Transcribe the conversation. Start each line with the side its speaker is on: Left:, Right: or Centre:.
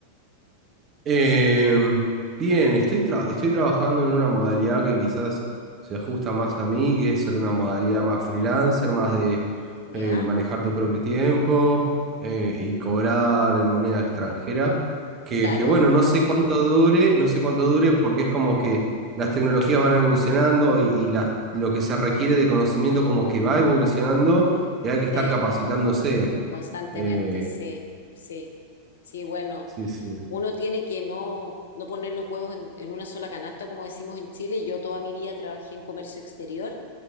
Right: Eh, bien, estoy, tra- estoy trabajando en una modalidad que quizás se ajusta más a mí, que es una modalidad más freelancer, más de
Left: ¿Ya?
Right: eh, manejar tu propio tiempo eh, y cobrar en moneda extranjera. Que,
Left: Claro,
Right: que bueno, no sé cuánto dure, no sé cuánto dure porque es como que las tecnologías van evolucionando y, y las- lo que se requiere de conocimiento como que va evolucionando y hay que estar
Left: sí,
Right: capacitándose.
Left: constantemente,
Right: Eh,
Left: sí, sí. Sí, bueno.
Right: sí, sí.
Left: uno tiene que no, no poner los huevos en, en una sola canasta, como decimos en Chile. Yo toda mi vida trabajé en comercio exterior,